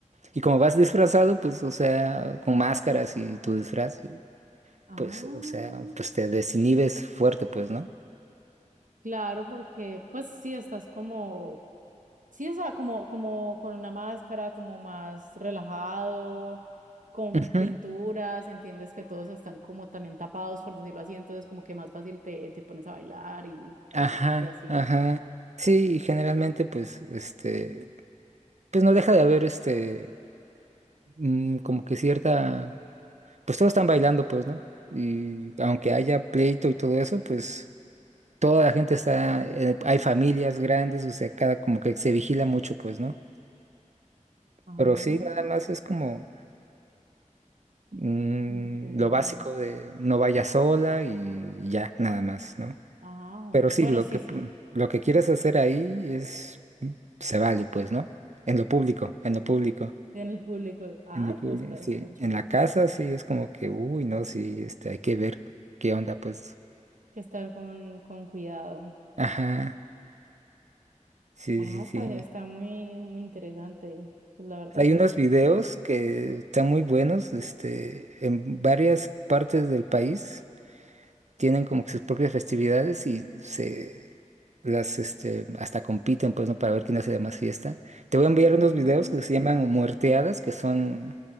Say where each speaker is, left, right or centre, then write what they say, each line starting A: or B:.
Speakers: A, on the right (about 60°); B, on the right (about 80°).
A: y como vas disfrazado, pues, o sea, con máscaras y tu disfraz,
B: ah,
A: pues, o sea, pues te desinhibes fuerte, pues, ¿no?
B: claro, porque pues sí estás como Sí, o sea, como, como con una máscara, como más relajado, con
A: Ujú,
B: pinturas, entiendes que todos están como también tapados, por decirlo así, entonces como que más fácil te, te pones a bailar y,
A: Ajá,
B: y así.
A: ajá. Sí, y generalmente pues este, pues no deja de haber este, mm, como que cierta, pues todos están bailando pues, ¿no? Y aunque haya pleito y todo eso, pues toda la gente está, eh, hay familias grandes, o sea, cada como que se vigila mucho pues, ¿no?
B: Ah,
A: Pero sí, nada más es como mm,
B: muy chévere,
A: lo básico
B: muy
A: de
B: chévere.
A: no vayas sola y ya, nada más, ¿no?
B: Ah, bueno,
A: Pero sí,
B: bueno,
A: lo
B: sí,
A: que,
B: sí,
A: pu- lo que quieres hacer ahí es se vale, pues, ¿no? En lo público, en lo público,
B: en el público. Ay,
A: en lo público,
B: pero está, está
A: sí.
B: chévere.
A: En la casa sí es como que, uy, no, sí, este, hay que ver qué onda, pues.
B: Que estar con, con cuidado.
A: Ajá, sí,
B: Ah,
A: sí, sí.
B: está, está muy, muy interesante. Pues la verdad,
A: Hay
B: sí,
A: unos
B: bastante.
A: videos que están muy buenos, este, en varias partes del país tienen como que sus propias festividades y se las este hasta compiten pues no para ver quién hace la más fiesta. Te voy a enviar unos
B: Mm.
A: videos que se llaman muerteadas, que son